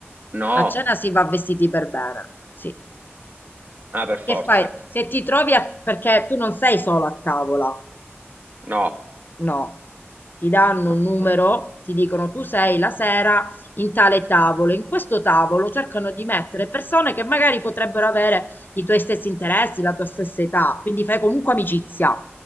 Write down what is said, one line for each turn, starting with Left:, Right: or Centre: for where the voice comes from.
Right: No,
Left: A cena si va vestiti per bene. Sì.
Right: ah, per
Left: Che
Right: forza.
Left: fai? Se ti trovi a... perché tu non sei solo a tavola,
Right: No,
Left: no. Ti danno
Right: no,
Left: un numero,
Right: Eh,
Left: ti dicono tu sei la sera in tale tavolo. In questo tavolo cercano di mettere persone che magari potrebbero avere i tuoi stessi interessi, la tua stessa età, quindi fai comunque amicizia.